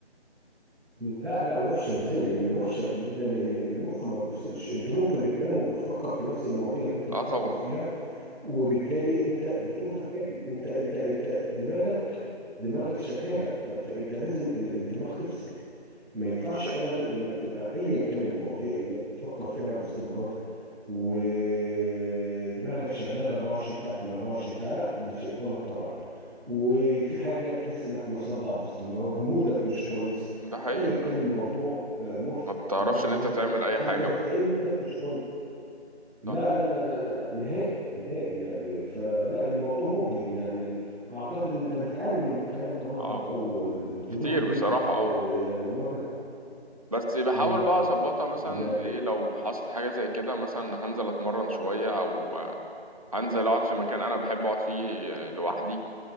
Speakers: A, in the centre; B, on the right (about 30°).
A: لا لا وحشه ازاي لان وحشه جدا لان المخ ما بيفصلش انت ممكن بتنام وبتفكر في نفس المواضيع اللي انت بتفكر
B: اه طبعا
A: فيها وبالتالي انت بتقوم تعبان انت انت انت دماغك دماغك شغاله ف... فانت لازم ال- الدماغ تفصل ما ينفعش
B: ده
A: ابدا
B: حقيقي
A: انك تبقى ايا كان المواضيع انك تفكر فيها باستمرار ودماغك شغاله 24 ساعه في ال 24 ساعه لا ده شيء غلط طبعا وفي حاجه بتحس انك مصدع باستمرار مودك مش كويس
B: ده حقيقي
A: ايا كان
B: فاهم
A: الموضوع آه، مفرح
B: ما بتعرفش
A: او محزن
B: إن أنت تعمل أي
A: فانت
B: حاجة
A: بتلاقي
B: بقى
A: مودك مش كويس لا
B: صح
A: لا لا لا لا لا نهائي نهائي يعني فلا الموضوع مجهد يعني اعتقد انت بتعاني من الكلام ده برضك
B: اه
A: او ال- الظروف
B: كتير
A: دي
B: بصراحة
A: بت
B: اه
A: آه، يعني مرت
B: بس بحاول
A: امم
B: بقى اظبطها مثلا
A: يعني
B: بايه لو حصلت حاجه زي كده مثلا هنزل اتمرن شويه او هنزل اقعد في مكان انا بحب اقعد فيه لوحدي